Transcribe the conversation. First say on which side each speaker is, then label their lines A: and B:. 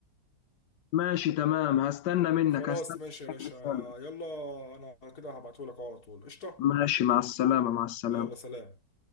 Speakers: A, on the left; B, on the left.
A: ماشي تمام هستنى منك
B: خلاص
A: هستنى
B: ماشي يا
A: منك
B: باشا
A: رسالة
B: يلا انا كده هبعتهولك أهو على طول قشطه
A: ماشي مع السلامة مع السلامة
B: يلا سلام